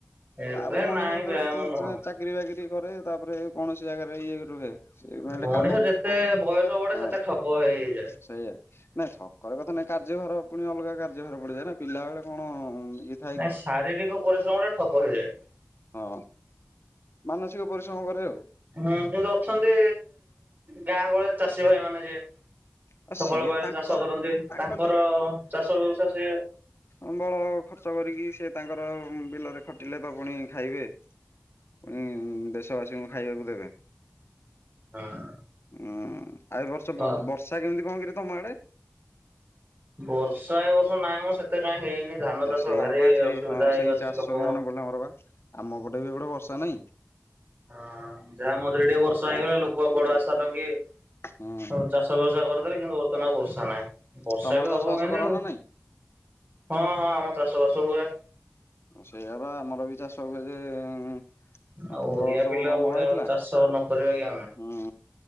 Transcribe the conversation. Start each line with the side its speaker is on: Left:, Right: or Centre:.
Right: ଏବେ
Left: ତାପରେ ମଣିଷ
Right: ନାଇଁ
Left: ଯେତବଳେ
Right: ବ୍ୟାୟାମ ନୁହଁ
Left: ଚା ଚାକିରି ବାକିରି କରି ତାପରେ କୌଣସି ଜାଗାରେ ଇଏ ରୁହେ। ସେ ମାନେ
Right: ମଣିଷ
Left: କାମ
Right: ଯେତେ ବୟସ ବଢେ
Left: ହଁ
Right: ସେତେ ଠକ ହେଇ ହେଇ
Left: ସେଇଆ। ନାଇଁ ଠକରେ କଥା ନାଇଁ କାର୍ଯ୍ୟଭାର ପୁଣି ଅଲଗା କାର୍ଯ୍ୟଭାର ପଡିଯାଏ ନା ପିଲାବେଳେ କଣ ଇ
Right: ନାଇଁ ଶାରୀରିକ ପରିଶ୍ରମଟା ଠକ ହେଇଯାଏ।
Left: ହଁ ମାନସିକ ପରିଶ୍ରମ କରେ ଆଉ।
Right: ହଁ କିନ୍ତୁ ଅଛନ୍ତି ଗାଁ ଗହଳିରେ ଚାଷୀ ଭାଇମାନେ ଯିଏ
Left: ଆଉ
Right: ସକାଳ
Left: ସିଏ
Right: ପାହିଲେ
Left: ତାଙ୍କ
Right: ଚାଷ କରନ୍ତି
Left: ତାଙ୍କ
Right: ତାଙ୍କର ଚାଷ ବ୍ୟବସାୟ ସେ
Left: ଅମଳ ଖର୍ଚ୍ଚ କରିକି ସେ ତାଙ୍କର ବିଲରେ ଖଟିଲେ ତ ପୁଣି ଖାଇବେ। ପୁଣି ଦେଶବାସୀଙ୍କୁ ଖାଇବାକୁ ଦେବେ।
Right: ହଁ।
Left: ହୁଁ ଆ ଏ ବର୍ଷ
Right: ହଁ
Left: ବର୍ଷା କେମିତି କଣ କିରେ ତମ ଆଡେ?
Right: ବର୍ଷା ଏ ବର୍ଷ ନାଇଁ ମ ସେତେ କାଇଁ ହେଇନି। ଧାନ ଚାଷ
Left: ଆ ସେଇଆ
Right: ଭାରି
Left: ବା ସେଇ
Right: ଅସୁବିଧା
Left: ହଁ
Right: ହେଇ
Left: ସେଇ
Right: ଅଛି
Left: ଚାଷରୁ
Right: ଲୋକ
Left: ମନ ପଡିଲା ମୋର ବା ଆମ ପଟେ ବି ଏପଟେ ବର୍ଷା ନାଇଁ
Right: ହଁ ଯାହା ମଝିରେ ଟିକେ ବର୍ଷା ହେଇଗଲା ଲୋକ ବଡ ଆଶା ନଙ୍ଗେ
Left: ହୁଁ
Right: ହାଉ ଚାଷ ବ୍ୟବସାୟ କରୁଥେଲେ କିନ୍ତୁ ବର୍ତ୍ତମାନ ଆଉ ବର୍ଷା ନାହିଁ ବର୍ଷା
Left: ତମର
Right: ବି
Left: ଚାଷ
Right: ହବ
Left: ବାସ
Right: ମେନେ
Left: କର
Right: ଆଉ।
Left: ନା ନାଇଁ?
Right: ହଁ ହଁ ଆମର ଚାଷବାସ ହୁଏ।
Left: ଆଉ ସେଇଆ ବା ଆମର ବି ଚାଷ ହୁଏ ଯେ ଉଁ ଆଁ
Right: ଆଉ
Left: ପୂର୍ବ
Right: ଓଡିଆ
Left: ବର୍ଷ
Right: ପିଲା
Left: ଭଲ ଅମଳ
Right: ଓଡିଆ
Left: ହେଇଥିଲା
Right: ଚାଷ ନ କରିବା କି ଆମେ
Left: ହୁଁ